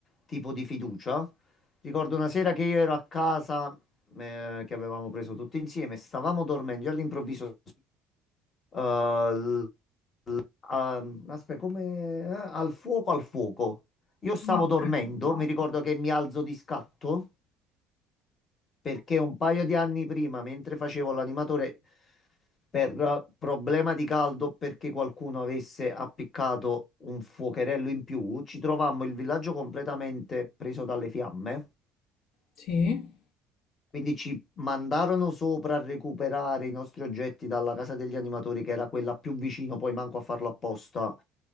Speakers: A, on the left; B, on the left.
A: tipo di fiducia. Ricordo una sera che io ero a casa, eh, che avevamo preso tutti insieme, stavamo dormendo, io all'improvviso eh, ehm, aspetta, come eh, al fuoco, al fuoco. Io stavo
B: Ah, ok.
A: dormendo, mi No. ricordo che mi alzo di scatto perché un paio di anni prima, mentre facevo l'animatore, per eh, problema di caldo, perché qualcuno avesse appiccato un fuocherello in più, ci trovammo il villaggio completamente preso dalle fiamme.
B: Sì.
A: Quindi ci mandarono sopra a recuperare i nostri oggetti dalla casa degli animatori, che era quella più vicino, poi manco a farlo apposta,